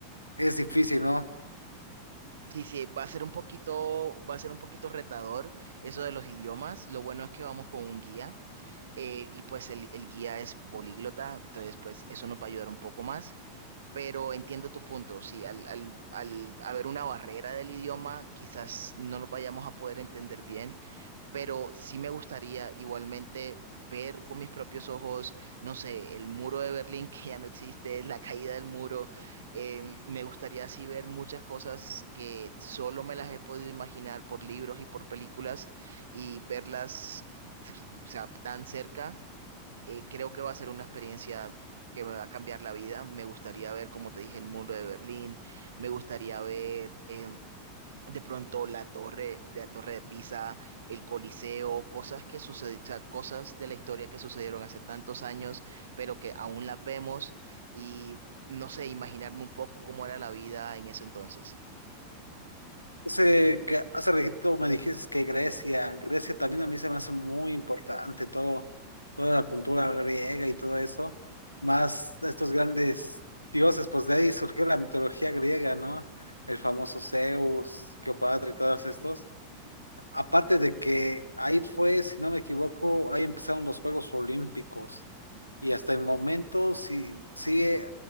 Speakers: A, on the left; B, on the right.
A: es difícil, ¿no?
B: Sí, sí, va a ser un poquito, va a ser un poquito retador eso de los idiomas. Lo bueno es que vamos con un guía eh, y pues el, el guía es políglota, entonces pues eso nos va a ayudar un poco más. Pero entiendo tu punto, sí, al, al, al haber una barrera del idioma, quizás no nos vayamos a poder entender bien pero sí me gustaría igualmente ver con mis propios ojos, no sé, el muro de Berlín <laughs> que ya no existe, la caída del muro. em, me gustaría así ver muchas cosas que solo me las he podido imaginar por libros y por películas y verlas, o sea, tan cerca, eh, creo que va a ser una experiencia que me va a cambiar la vida. Me gustaría ver, como te dije, el muro de Berlín. Me gustaría ver... em, de pronto la torre, la torre de Pisa, el Coliseo, cosas que sucede, o sea, cosas de la historia que sucedieron hace tantos años, pero que aún las vemos y no sé, imaginarme un poco cómo era la vida en ese entonces.
A: Ese que hace ratito me dijiste que Grecia, Grecia también a mí se me hace muy importante todo, toda la cultura griega y todo eso, más estos grandes dioses, pues de ahí surgió la mitología griega, ¿no? El famoso Zeus, Cleopatra y todos estos. Aparte de que ahí fue, si no me equivoco, ahí empezaron los Juegos Olímpicos y hasta el momento sí, sigue,